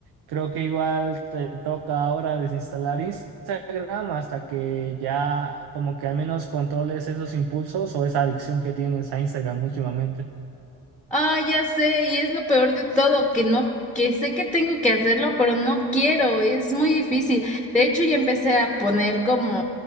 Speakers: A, on the right (about 70°); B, in the centre.
A: creo que igual te toca ahora desinstalar Instagram hasta que ya como que al menos controles esos impulsos o esa adicción que tienes a Instagram últimamente.
B: Ah, ya sé, y es lo peor de todo, que no, que sé que tengo que hacerlo, pero no quiero, es muy difícil. De hecho, ya empecé a poner como,